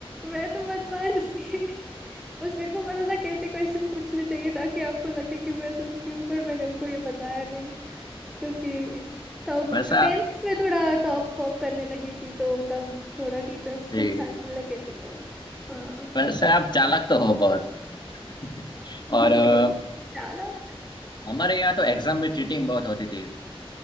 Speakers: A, in the centre; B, on the left (about 50°).
A: मैं तो बदमाश थी बस मेरे को पता था कैसे क्वेश्चन पूछने चाहिए ताकि आपको लगे कि मैं सुनती हूँ पर मैंने उनको ये बताया नहीं क्योंकि तब
B: वैसा
A: टेंथ में थोड़ा टॉप वॉप करने लगी थी तो तब थोड़ा टीचर्स
B: जी
A: पहचानने लगे थे तो हाँ
B: वैसे आप चालाक तो हो बहुत <laughs>
A: <laughs>
B: और अ,
A: नहीं चालाक
B: हमारे यहाँ तो एग्जाम में चीटिंग बहुत होती थी